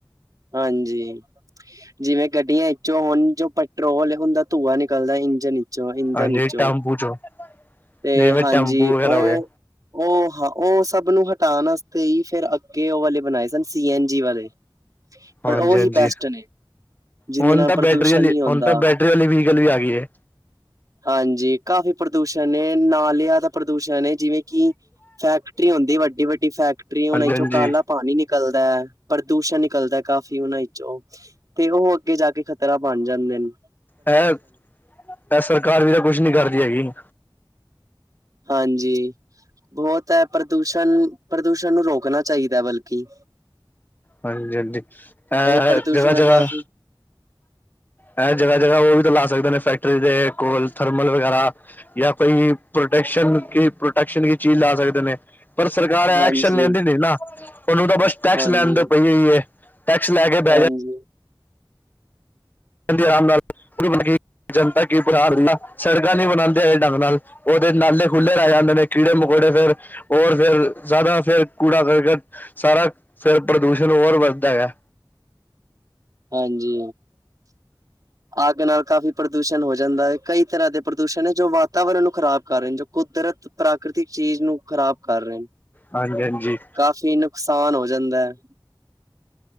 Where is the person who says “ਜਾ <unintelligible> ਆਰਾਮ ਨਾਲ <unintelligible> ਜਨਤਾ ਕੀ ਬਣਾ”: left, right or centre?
Left